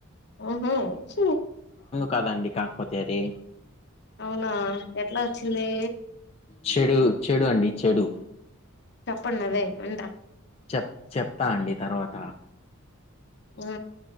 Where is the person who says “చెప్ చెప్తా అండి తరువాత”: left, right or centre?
Left